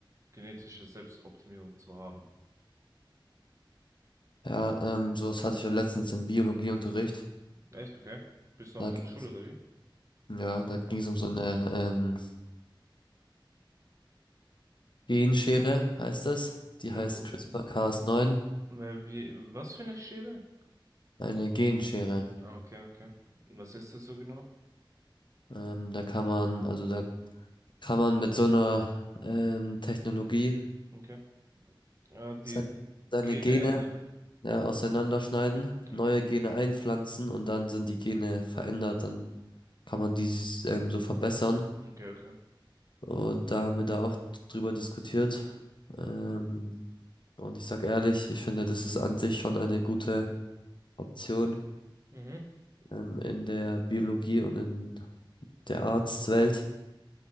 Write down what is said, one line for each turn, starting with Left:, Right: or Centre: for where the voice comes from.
Right: genetische Selbstoptimierung zu haben.
Left: Ja, ähm, sowas hatte ich ja letztens im Biologieunterricht.
Right: Echt, okay? Bist du
Left: Da
Right: noch in
Left: ging
Right: der Schule
Left: es
Right: oder
Left: um,
Right: wie?
Left: ja, da ging
Right: Ja.
Left: es um so eine ähm, Genschere, heißt das. Die
Right: Äh,
Left: heißt CRISPR-Cas9,
Right: äh, Wie, was für eine Schere?
Left: eine Genschere.
Right: Ah, okay, okay. Was ist das so genau?
Left: Ähm, da kann man, also da kann man mit so einer ähm, Technologie
Right: Okay. Ja, die
Left: seine,
Right: Gene
Left: seine Gene
Right: ändern.
Left: ja, auseinanderschneiden,
Right: Okay,
Left: neue Gene einpflanzen und dann sind die Gene verändert, dann kann man die ähm, so verbessern.
Right: okay, okay.
Left: Und da haben wir da auch drüber diskutiert. Ähm, und ich sag ehrlich, ich finde, das ist an sich schon eine gute Option,
Right: Mhm.
Left: ähm, in der Biologie und in der Arztwelt,